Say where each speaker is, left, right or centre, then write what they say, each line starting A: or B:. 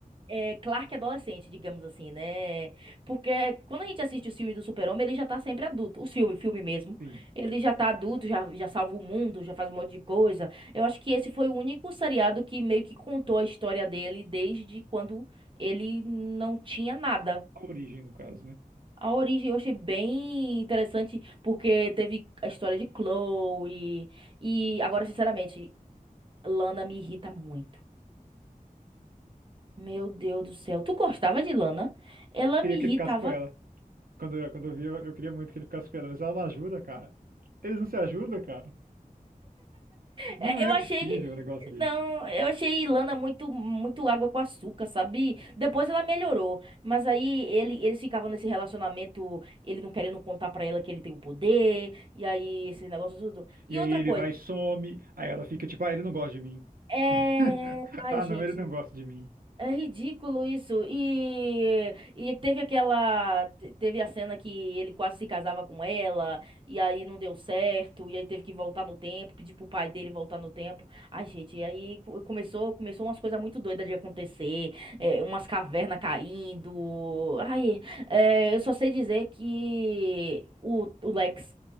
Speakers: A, on the right; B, on the right.
A: é, Clark adolescente, digamos assim, né? Porque quando a gente assiste os filmes do Super-Homem, ele já tá sempre adulto. O filme, filme mesmo.
B: Sim.
A: Ele já tá adulto, já, já salva o mundo, já faz um monte de coisa. Eu acho que esse foi o único seriado que meio que contou a história dele desde quando ele não tinha nada.
B: A origem, no caso, né?
A: A origem eu achei bem interessante, porque teve a história de Chloe. E agora, sinceramente, Lana me irrita muito. Meu Deus do céu. Tu gostava de Lana? Ela
B: Queria
A: me
B: que
A: irritava
B: ele ficasse com ela. Quando, eu- quando eu vi, eu, eu queria muito que ele ficasse com ela, mas ela não ajuda, cara. Eles não se ajudam, cara. Não
A: É,
B: é
A: Eu achei.
B: possível um negócio desse.
A: Não, eu achei Ilana muito, muito água com açúcar, sabe? Depois ela melhorou, mas aí ele, eles ficavam nesse relacionamento, ele não querendo contar pra ela que ele tem o poder, e aí esse negócio tudo. E
B: E aí
A: outra
B: ele
A: coisa,
B: vai e some, aí ela fica tipo, ah, ele não gosta de mim.
A: é...
B: <laughs>
A: Ai,
B: Ah,
A: gente,
B: não, ele não gosta de mim.
A: É ridículo isso. E, e teve aquela. te- Teve a cena que ele quase se casava com ela, e aí não deu certo, e aí teve que voltar no tempo, pedir pro pai dele voltar no tempo. Ai, gente, e aí co- começou, começou umas coisas muito doidas de acontecer, é, umas cavernas caindo. Ai, é, eu só sei dizer que o, o Lex